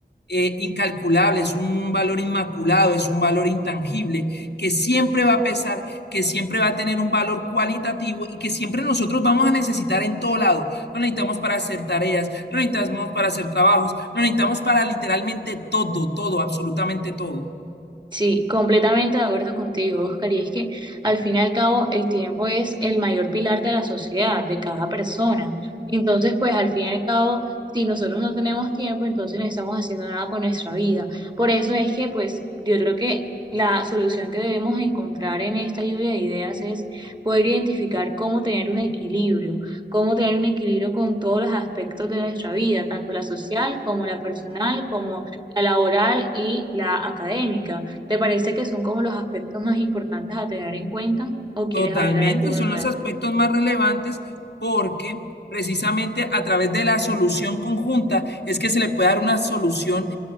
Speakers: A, on the left; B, on the right.
A: eh, incalculable, es un valor inmaculado, es un valor intangible que siempre va a pesar, que siempre va a tener un valor cualitativo y que siempre nosotros vamos a necesitar en todo lado. Lo necesitamos para hacer tareas, lo necesitamos para hacer trabajos, lo necesitamos para literalmente todo, todo, absolutamente todo.
B: Sí, completamente de acuerdo contigo, Oscar. Y es que al fin y al cabo el tiempo es el mayor pilar de la sociedad, de cada persona. Entonces, pues al fin y al cabo, si nosotros no tenemos tiempo, entonces no estamos haciendo nada con nuestra vida. Por eso es que, pues, yo creo que la solución que debemos encontrar en esta lluvia de ideas es poder identificar cómo tener un equilibrio, cómo tener un equilibrio con todos los aspectos de nuestra vida, tanto la social como la personal, como la laboral y la académica. ¿Te parece que son como los aspectos más importantes a tener en cuenta o quieres
A: Totalmente,
B: agregar alguno
A: son
B: nuevo?
A: los aspectos más relevantes porque precisamente a través de la solución conjunta es que se le puede dar una solución